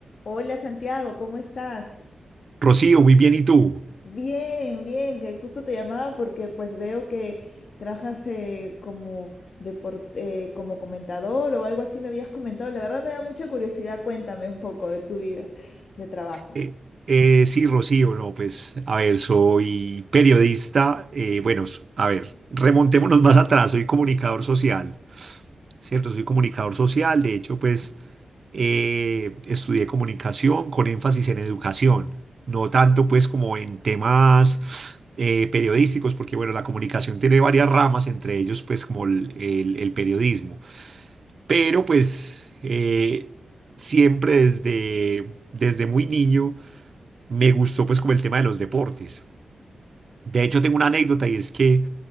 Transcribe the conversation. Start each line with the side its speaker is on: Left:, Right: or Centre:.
Left: Hola Santiago, ¿cómo estás?
Right: Rocío, muy bien, ¿y tú?
Left: Bien, bien, que justo te llamaba porque pues veo que trabajas eh, como depor- eh, como comentador o algo así me habías comentado. La verdad me da mucha curiosidad, cuéntame un poco de tu vida de trabajo.
Right: Eh, eh, sí, Rocío, no, pues, a ver, soy periodista, eh, bueno, s- a ver, remontémonos más atrás, soy comunicador social, ¿cierto? Soy comunicador social, de hecho, pues, eh, estudié comunicación con énfasis en educación, no tanto, pues, como en temas eh, periodísticos, porque, bueno, la comunicación tiene varias ramas, entre ellos, pues, como el el- el periodismo. pero pues eh, siempre desde, desde muy niño me gustó pues como el tema de los deportes. De hecho tengo una anécdota y es que